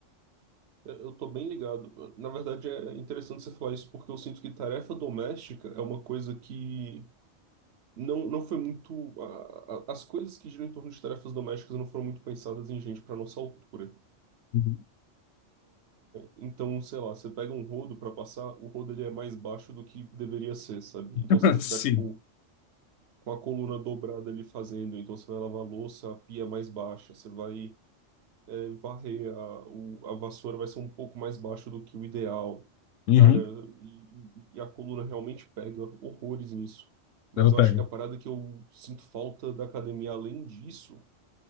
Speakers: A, on the right (about 60°); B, on the left (about 85°).
A: eu tô bem ligado. Na verdade, é interessante você falar isso porque eu sinto que tarefa doméstica é uma coisa que não, não foi muito. a- a- as coisas que giram em torno de tarefas domésticas não foram muito pensadas em gente para nossa altura.
B: Uhum.
A: Então, sei lá, você pega um rodo para passar, o rodo ele é mais baixo do que deveria ser, sabe?
B: <laughs>
A: Então você tem que
B: Sim.
A: ficar, tipo, com a coluna dobrada ali fazendo. Então você vai lavar a louça, a pia é mais baixa, você vai. é, varrer a, o- a vassoura vai ser um pouco mais baixo do que o ideal.
B: Uhum.
A: Cara, e, e- e a coluna realmente pega horrores nisso. Mas
B: Ela
A: eu
B: pega.
A: acho que a parada que eu sinto falta da academia, além disso,